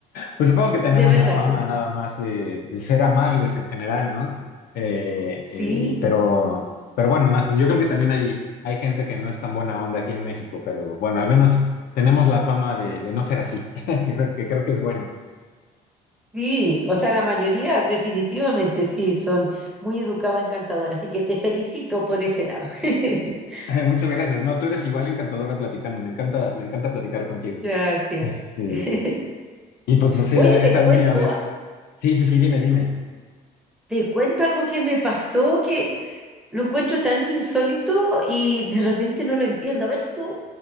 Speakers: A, on the left (about 65°); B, in the centre.
A: Pues supongo que tenemos
B: De verdad,
A: la fama
B: son,
A: nada más de, de ser amables en general, ¿no? Eh,
B: sí,
A: eh, pero, pero bueno, nas- yo creo que también hay, hay gente que no es tan buena onda aquí en México, pero bueno, al menos tenemos la fama de, de no ser así, <laughs> que, creo- que creo que es bueno.
B: sí. O sea, la mayoría definitivamente sí, son muy educados, encantadores. Así que te felicito por ese lado. <laughs>
A: <laughs> Muchas gracias. No, tú eres igual encantadora platicando. Me encanta, me encanta platicar contigo.
B: Gracias.
A: Este,
B: <laughs>
A: y pues no sé,
B: Oye,
A: la- esta
B: te cuento,
A: última vez. Sí, sí, sí, dime, dime.
B: te cuento algo que me pasó que Lo encuentro tan insólito y de repente no lo entiendo. A ver si tú,